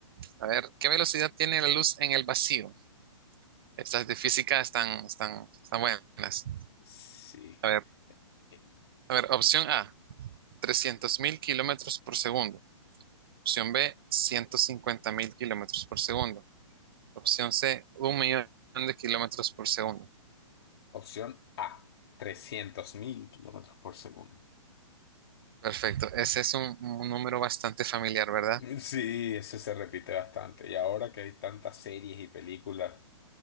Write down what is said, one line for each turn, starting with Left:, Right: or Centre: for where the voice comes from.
Right: a ver, ¿qué velocidad tiene la luz en el vacío? Estas de física están, están, están buenas.
Left: Sí.
Right: A ver,
Left: Eh,
Right: a ver, opción A, 300.000 kilómetros por segundo. Opción B, 150.000 kilómetros por segundo. Opción C, un millón de kilómetros por segundo.
Left: Opción A, 300.000 kilómetros por segundo.
Right: Perfecto, ese es un un número bastante familiar, ¿verdad?
Left: Mm, Sí, eso se repite bastante. Y ahora que hay tantas series y películas